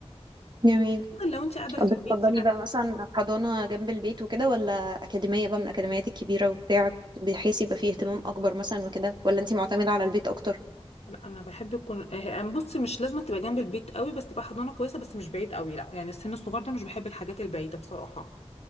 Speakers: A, on the right; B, on the left.
A: جميل
B: بفضل لو انت قاعده
A: طب
B: في البيت
A: بتفضلي
B: يعني
A: بقى مثلا حضانة جنب البيت وكده ولا أكاديمية بقى من الأكاديميات الكبيرة وبتاع بحيث يبقى فيه اهتمام أكبر مثلا وكده ولا أنتي معتمدة على البيت أكتر
B: لا انا بحب يكون آه، آه، يعني بصي مش لازم تبقى جنب البيت قوي بس تبقى حضانه كويسه بس مش بعيد قوي لا يعني السن الصغير ده مش بحب الحاجات البعيده بصراحه